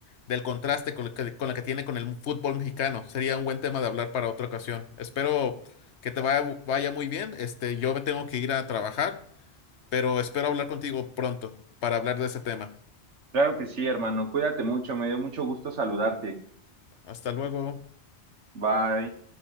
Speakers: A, on the left; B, on the right.
A: del contraste con, el que- con la que tiene con el fútbol mexicano sería un buen tema de hablar para otra ocasión. Espero que te vaya, vaya muy bien. Este, yo me tengo que ir a trabajar. pero espero hablar contigo pronto para hablar de ese tema.
B: Claro que sí, hermano, cuídate mucho, me dio mucho gusto saludarte.
A: Hasta luego.
B: Bye.